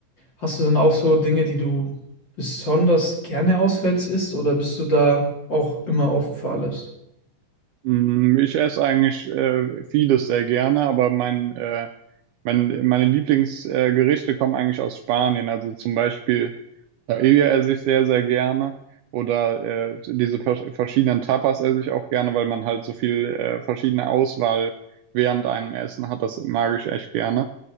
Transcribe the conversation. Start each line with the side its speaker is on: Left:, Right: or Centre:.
Left: Hast du denn auch so Dinge, die du besonders gerne auswärts isst oder bist du da auch immer offen für alles?
Right: Mhm. Ich esse eigentlich äh, vieles sehr gerne, aber mein, äh, mein, meine Lieblingsgerichte äh, Gerichte kommen eigentlich aus Spanien. Also zum Beispiel Paella esse ich sehr, sehr gerne. Oder äh, diese vers- verschiedenen Tapas esse ich auch gerne, weil man halt so viel äh, verschiedene Auswahl während einem Essen hat. Das mag ich echt gerne.